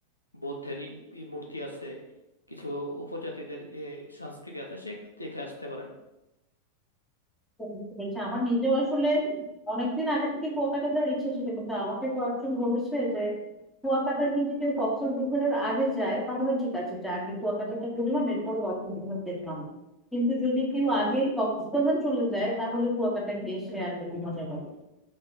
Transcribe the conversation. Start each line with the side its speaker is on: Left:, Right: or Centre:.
Left: বৌদ্ধেরই ই মূর্তি আছে কিছু উপজাতিদের এ, সংস্কৃতি আছে সেগুলো দেখে আসতে পারেন
Centre: তো বুঝতে পেরেছি। আমার নিজেও আসলে অনেকদিন আগে থেকে কুয়াকাটা যাওয়ার ইচ্ছে ছিল কিন্তু আমাকে কয়েকজন বলেছে যে কুয়াকাটা যদি কেউ কক্সবাজারের আগে যায় তাহলে ঠিক আছে যে আগে কুয়াকাটাটা ঘুরলাম এরপর কক্সবাজার দেখলাম কিন্তু যদি কেউ আগে কক্সবাজার চলে যায় তাহলে কুয়াকাটা গিয়ে সে আর কোনো মজা পাবে না।